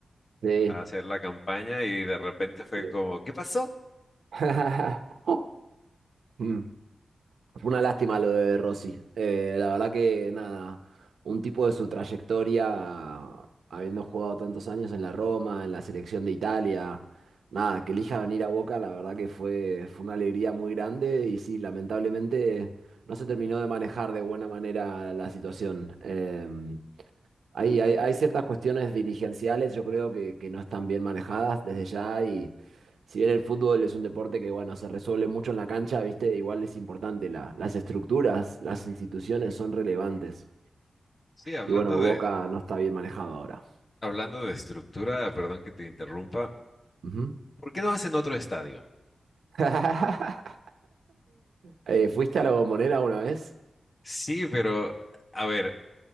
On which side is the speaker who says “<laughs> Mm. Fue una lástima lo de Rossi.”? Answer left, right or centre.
Right